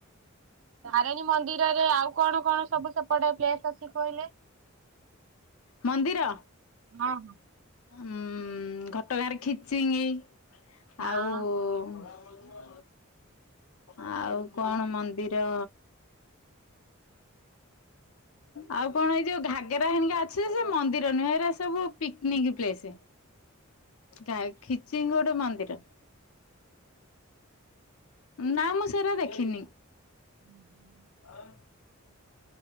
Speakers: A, on the right; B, on the left.
A: ତାରିଣୀ ମନ୍ଦିରରେ ଆଉ କଣ କଣ ସବୁ ସେପଟେ ପ୍ଲେସ ଅଛି କହିଲେ?
B: ମନ୍ଦିର
A: ହଁ ହଁ
B: ଉଁ ଘଟଗାଁରେ ଖିଚିଙ୍ଗି
A: ହଁ
B: ଆଉ। ଆଉ କଣ ମନ୍ଦିର। ଆଉ କଣ ଏଇ ଯୋଉ ଘାଗେରା ହାରିକା ଅଛି, ସେ ମନ୍ଦିର ନୁହେଁ, ଏଇରା ସବୁ ପିକନିକ ପ୍ଲେସ। ଗାଏ ଖିଚିଙ୍ଗ ଗୋଟେ ମନ୍ଦିର। ନାଁ ନାଁ ସେଇରା ଦେଖିନି।
A: ହୁଁ ହୁଁ
B: ଆଉ।